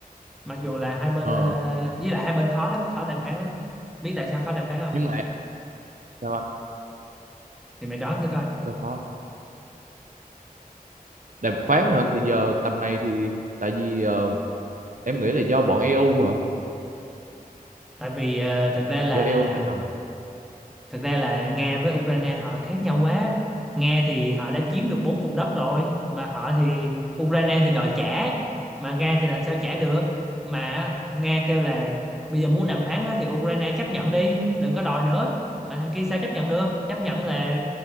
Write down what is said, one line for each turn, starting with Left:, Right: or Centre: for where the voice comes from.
Centre: mặc dù là hai bên
Right: ờ
Centre: ờ, với lại hai bên khó lắm khó đàm phán lắm biết tại sao khó đàm phán không
Right: nhưng mà sao anh
Centre: thì mày đoán thử coi
Right: sao khó đàm phán hả thì giờ tầm này thì tại vì ờ, em nghĩ là do bọn EU hả
Centre: tại vì ờ, thực ra là
Right: do EU tác động
Centre: thực ra là Nga với Ukraine họ khác nhau quá Nga thì họ đã chiếm được bốn vùng đất rồi mà họ thì Ukraine thì đòi trả mà Nga thì làm sao trả được mà Nga kêu là bây giờ muốn đàm phán á, thì Ukraine chấp nhận đi đừng có đòi nữa mà thằng kia sao chấp nhận được chấp nhận là